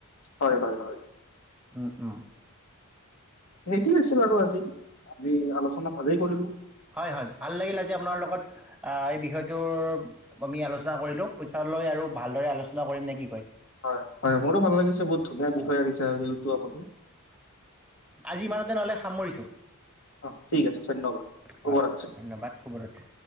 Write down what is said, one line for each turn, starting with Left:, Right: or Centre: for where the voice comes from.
Left: হয় হয় হয়
Centre: উম উম!
Left: সেইটোয়ে আছিল আৰু আজি আমি আলোচনা ভালেই কৰিলো।
Centre: হয় হয় ভাল লাগিল আজি আপোনাৰ লগত এই বিষয়টোৰ আমি আলোচনা কৰিলোঁ। পইচা লৈ আৰু ভালদৰে আলোচনা কৰিম নেকি কয়?
Left: হয় হয় মোৰো ভাল লাগিছে বহুত ধুনীয়া
Centre: হয়,
Left: বিষয় আনিছা যিহেটো আপুনি।
Centre: আজি ইমানতে নহলে সামৰিছো।
Left: অ ঠিক আছে ধন্যবাদ শুভৰাত্ৰি।
Centre: হয় ধন্যবাদ শুভৰাতি।